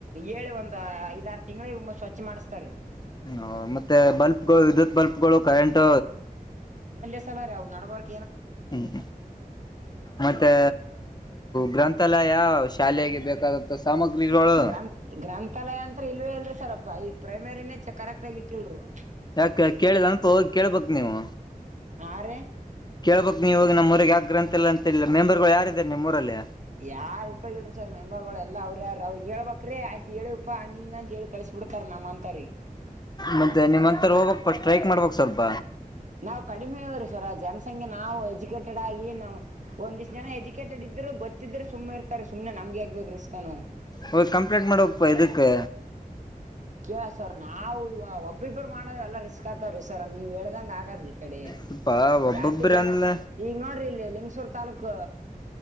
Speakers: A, on the right (about 55°); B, on the left (about 25°).
A: ಹೇಳಿ ಒಂದ್ ಐದ ಆರು ತಿಂಗಳ ಸ್ವಚ್ಛ ಮಾಡ ತಾರ
B: ಹ ಮತ್ತೆ ಬಲ್ಪ್ಗಳು ವಿದ್ಯುತ್ ಬಲ್ಪ್ಗಳು ಕರೆಂಟ್
A: ಸ್ಥಾಲರ ನುವವರ್
B: ಹ್ಮ್ ಮತ್ತೆ ಗ್ರಂಥ ಲ ಯಾ ಶಾಲೆಗೆ ಬೇಕಾದಂತ ಸಾಮಗ್ರಿಗಳು
A: ಗ್ರಂಥ ಗ್ರಂಥಾಲಯ ಅಂತ ಇಲ್ವೇ ಇಲ್ರಿ ಸರ್ಲ್ಪಐ್ ಪ್ರೈಮರಿನೇ ಕರೆಕ್ಟ್ ಆಗ ಇಟ್ಟಿಲ್ರರಿ
B: ಯಾಕ ಕೇಳಿಲ್ಲ ಅಂತ ಹೋಗಿ ಕೇಳ್ಬಕ್ ನೀವು
A: ಹಾ ರೀ
B: ಕೇಳ್ಬಕ್ ನೀವ ನಮ್ಮ್ೂಊಗೆ ಆ ಗ್ರಂಥಲ್ಲ ಅಂತಿಲ್ಲ ಮೆಂಬರ್ಗಳು ಯಾರಾರೆ ನಿಮ್ಮ್ೂಊರಲ್ಲಿ
A: ಯಾರ ಉಪ್ಪಗಲ್ರಿಿ ಸರ್ ಮೆಂಬರ್ಗಳು ಎಲ್ಲ ಅವ್ರ ಯಾರ ಅವ್ರರು ಹೇಳ್ಬಕ್್ರೀ ಆಯ್ತ ಹೇಳಿ ಉಪ್ಪಾ ಹಂಗ ಹಿಂಗ ಅಂತ ಹೇಳಿ ಕಳಸ ಚುಡ್ತಾರೆ ನಮ್ಮ ಅಂತಾರಿೀ
B: ಮತ್ತೆ ನಿಮ್ಂತರ ಹೋಗ್ಕ್ ಪ ಸ್ಟ್ರೈಕ್ ಮಾಡ್ಬಕ್ ಸ್ವಲ್ಪ
A: ನಾವ್ ಕಡಿಮೆ ಇ್ರೀ ಸರ ಜನಸಂಖ್ಯೆ ನಾವು ಎಜುಕೇಟೆಡ್ ಆಗಿ ನಾವ್ ಒಂದಿಷ್ಟ ಜನ ಎಜುಕೇಟೆಡ್ ಇದ್ರು ಗೊತ್ತಿದ್ೆ ಸುಮ್ಮನೆ ಇರ್ತಾರೆ ಸುಮ್ನೆ ನಮ್ಗೆ ಆಗ್ಬೇಕು ರಿಸ್ಕನು
B: ಹೋಗಿ ಕಂಪ್ಲೇಂಟ್ ಮಾಡ್ಬೇಕಪ್ಪ ಇದಕ್ಕೆ
A: ಕ ಸರ್ ನಾವವು ಒಬ್ಬಿಬ್ಬರು ಮಾಡದ ಎಲ್ಲಾ ರಿಸ್ಕ್ ಆತವ್ರೀ ಸರ್ ನೀವ್ ಹೇಳ್ದಂಗ ಆಗರರಿ ಕಡೆ
B: ಸ್ವಲ್ಪ ಒಬ್ಬೊಬ್ಬ್ರ
A: ಜಾಸ್ತಿ ಜನ
B: ಅಂದ್ಲ
A: ಈಗ ನೋಡ್ರಿ ಇಲ್ಲಿ ಲಿಂಗ್ಸೂರ್ ತಾಲೂಕು